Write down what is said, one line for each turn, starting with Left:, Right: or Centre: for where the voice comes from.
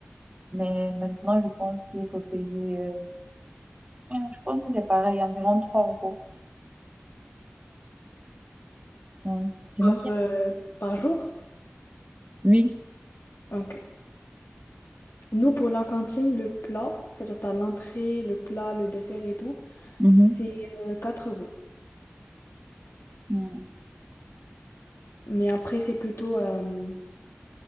Right: Mais maintenant, je pense qu'il faut payer, euh, je pense que c'est pareil, environ 3 euros. Ouais, J'aime
Left: Par,
Right: bien.
Left: euh, par jour?
Right: Oui.
Left: Ok. Nous, pour la cantine, le plat, c'est-à-dire t'as l'entrée, le plat, le dessert et tout,
Right: mhm.
Left: c'est euh, 4 euros.
Right: Mm.
Left: Mais après, c'est plutôt, euh,